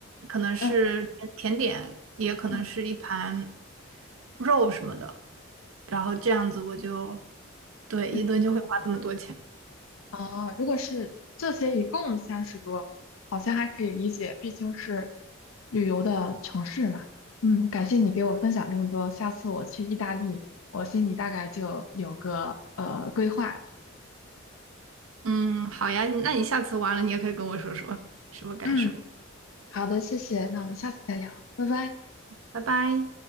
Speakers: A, on the right; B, on the left.
A: 可能是甜甜点，
B: 嗯
A: 也可能是一盘
B: 嗯
A: 肉什么的，然后这样子我就，对，一顿就会花这么多钱。
B: 嗯。啊，如果是这些一共三十多，好像还可以理解，毕竟是旅游的城市嘛。嗯，感谢你给我分享这么多，下次我去意大利，我心里大概就有个呃规划了。
A: 嗯，好呀，那你下次完了，你也可以跟我说说什么感受。
B: 嗯，好的，谢谢，那我们下次再聊，拜拜。
A: 拜拜。